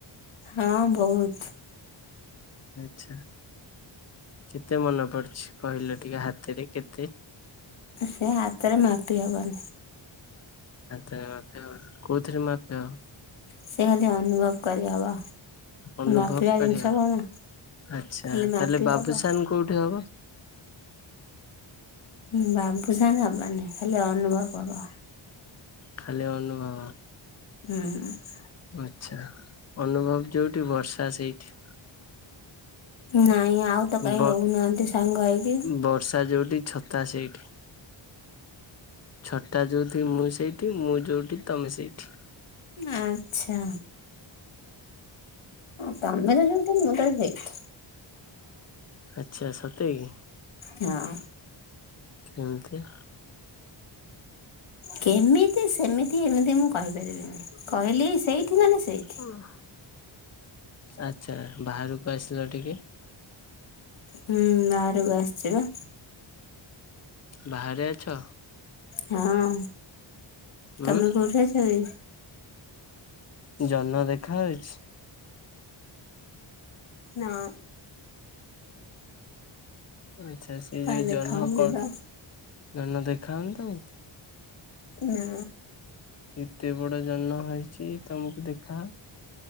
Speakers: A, on the left (about 75°); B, on the left (about 30°).
A: ହଁ ବହୁତ୍।
B: ଆଚ୍ଛା କେତେ ମନେ ପଡୁଛି କହିଲ ଟିକେ ହାତରେ କେତେ?
A: ଏ ସେେ ହାତରେ ମାପି ହବନି।
B: ହାତରେ ମାପିଅ କୋଉଥିରେ ମାପିଅ?
A: ସେ ଖାଲି ଅନୁଭବ କରିହବ।
B: ଅନୁଭବ
A: ମାପିବା
B: କରିବ
A: ଜିନିଷ କଣ
B: ଆଚ୍ଛା
A: ଖାଲି ମାପି
B: ତାହେଲେ ବାବୁସାନ
A: ହବ।
B: କୋଉଠି ହବ?
A: ହୁଁ ବାବୁସାନ୍ ହବନି ଖାଲି ଅନୁଭବ ହବ।
B: ଖାଲି ଅନୁଭବ।
A: ହୁଁ।
B: ଆଚ୍ଛା ଅନୁଭବ ଯୋଉଠି ବର୍ଷା ସେଇଠି।
A: ନାଇଁ ଆଉ ତ କାହିଁ
B: ବ
A: ରହୁନାହାନ୍ତି ସାଙ୍ଗ ହେଇକି
B: ବର୍ଷା ଯୋଉଠି ଛତା ସେଇ ଛତା ଯୋଉଠି ମୁଁ ସେଇଠି ମୁଁ ଯୋଉଠି ତମେ ସେଇଠି।
A: ଆଚ୍ଛା ତମେ ତ ଯୋଉଠି ମୁଁ ତ ସେଇଠି।
B: ଆଚ୍ଛା ସତେ ଗି?
A: ହଁ।
B: କେମିତି?
A: କେମିତି ସେମିତି ଏମିତି ମୁଁ କହିପାରିବିନି କହିଲି ସେଇଠି ମାନେ ସେଇ
B: <unintelligible> ଆଚ୍ଛା ବାହାରକୁ ଆସିଲ ଟିକେ।
A: ହୁଁ ବାହାରକୁ ଆସ୍ଚି ପା।
B: ବାହାରେ ଅଛ?
A: ହଁ
B: ଉଁ
A: ତମେ କୋଉଠି ଅଛ କି?
B: ଜହ୍ନ ଦେଖା ହଉଚି?
A: ନା।
B: ଆଚ୍ଛା ସେଇ
A: କାଇଁ
B: ଯୋ
A: ଦେଖା
B: ଜହ୍ନ
A: ହଉନି
B: କଂ
A: ତ
B: ଜହ୍ନ ଦେଖାଉନି ତମକୁ?
A: ନା।
B: ଏତେ ବଡ ଜହ୍ନ ହେଇ ଛି ତମକୁ ଦେଖା